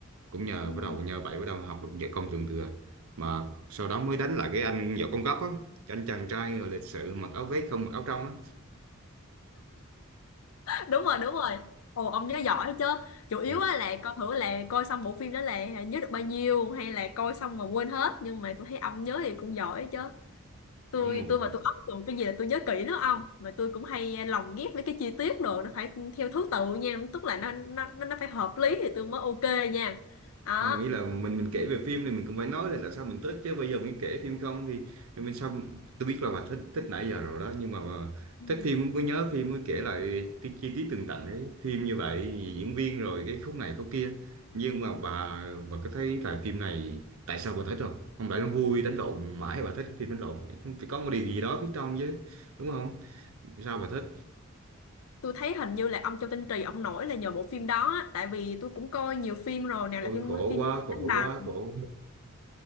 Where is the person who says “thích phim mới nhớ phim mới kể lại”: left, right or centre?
Right